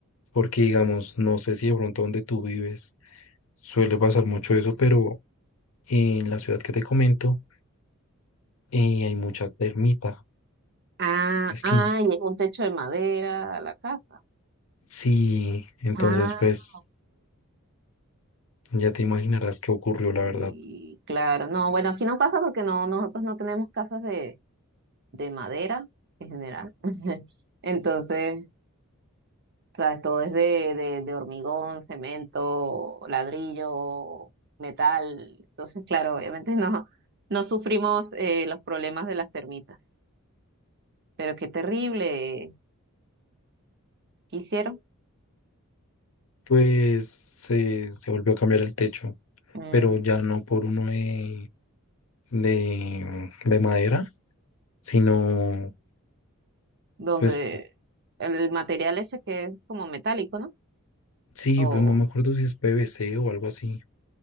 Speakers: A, on the left (about 65°); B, on the right (about 50°).
A: porque digamos, no sé si de pronto donde tú vives suele pasar mucho eso, pero en la ciudad que te comento eh, hay mucha termita.
B: Ah,
A: Es
B: ah,
A: que
B: y es un techo de madera a la casa.
A: sí, entonces
B: Ah,
A: pues ya te imaginarás qué ocurrió, la
B: y
A: verdad.
B: claro. No, bueno, aquí no pasa porque no, nosotros no tenemos casas de de madera en general. <laughs> Entonces, sabes, todo es de, de, de hormigón, cemento, ladrillo, metal. Entonces, claro, obviamente <laughs> no, no sufrimos eh, los problemas de las termitas. Pero qué terrible. ¿Qué hicieron?
A: Pues se, se volvió a cambiar el techo,
B: Mm,
A: pero ya no por uno de, de, de madera sino
B: los
A: Pues
B: de el material ese que es como metálico, ¿no?
A: sí,
B: O
A: pues no me acuerdo si es PVC o algo así,